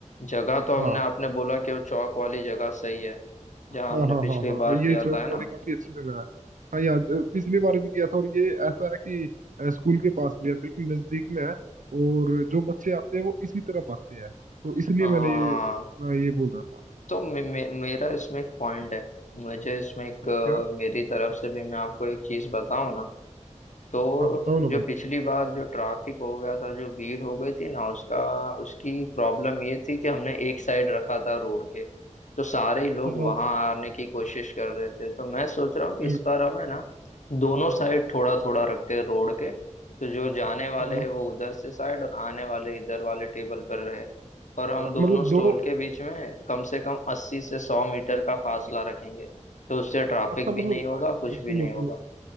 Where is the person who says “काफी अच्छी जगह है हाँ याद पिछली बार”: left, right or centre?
Right